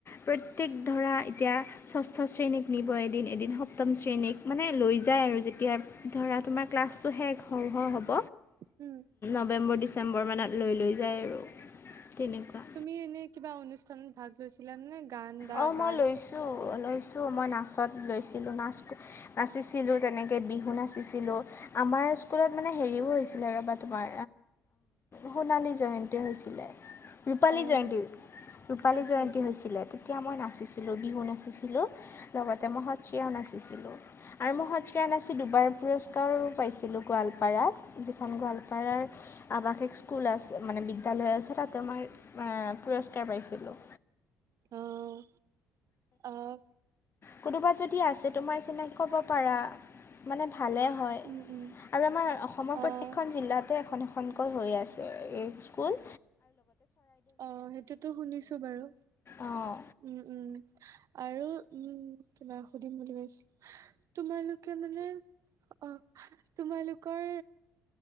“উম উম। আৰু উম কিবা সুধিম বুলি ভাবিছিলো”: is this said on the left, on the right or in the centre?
Right